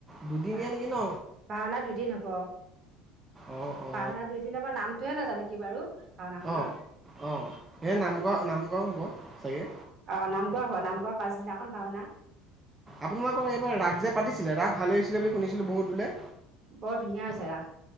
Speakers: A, on the right (about 15°); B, on the right (about 45°).
A: দুদিনীয়া
B: ভা,
A: নেকি ন?
B: ভাওনা দুদিন হ'ব
A: অ' অ'
B: ভাওনা দুদিনত তাৰ, নামটোহে নাজানো কি বাৰু? ভাওনাখনৰ
A: অ', অ', সেই নাম ঘোৱা, নামঘৰত হ'ব চাগে।
B: অ, নাম গৰ হ নামঘোৱাৰ পাছদিনাখন ভাওনা।
A: আপোনালোকৰ এইবাৰ ৰাস যে, পাতিছিলে ৰাস ভালেই হৈছিলে, বুলি শুনিছিলোঁ বহুত বোলে।
B: বৰ ধুনীয়া হৈছে ৰাস।